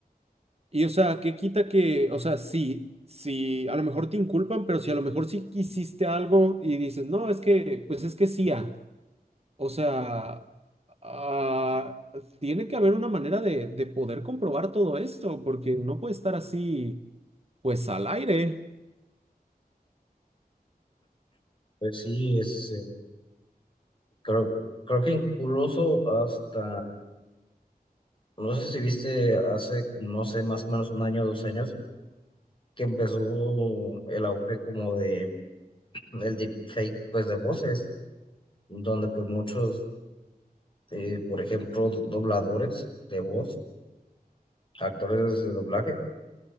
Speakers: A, on the right; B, on the left.
A: Y o sea, ¿qué quita que, o sea, sí, sí, a lo mejor te inculpan, pero si a lo mejor sí hiciste algo y dices, no, es que, pues es que sí, o sea, ah, tiene que haber una manera de, de poder comprobar todo esto, porque no puede estar así, pues al aire.
B: Pues sí, es, eh, creo, creo que incluso hasta, no sé si viste hace, como, no sé, más o menos un año o dos años, que empezó el auge como de, del deepfake, pues de voces, donde pues muchos eh, por ejemplo, do- dobladores de voz, actores de doblaje,